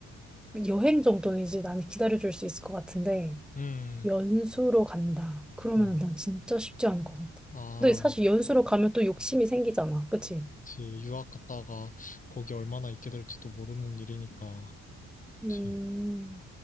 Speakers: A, in the centre; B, on the left.
A: 여행 정도는 이제 나는 기다려줄 수 있을 것 같은데
B: 음,
A: 연수로 간다. 그러면은
B: 어.
A: 난 진짜 쉽지 않을 것 같아.
B: 아,
A: 근데 사실
B: 막,
A: 연수로 가면 또 욕심이 생기잖아. 그치?
B: 그치. 유학 갔다가 거기 얼마나 있게 될지도 모르는 일이니까. 그치.
A: 음,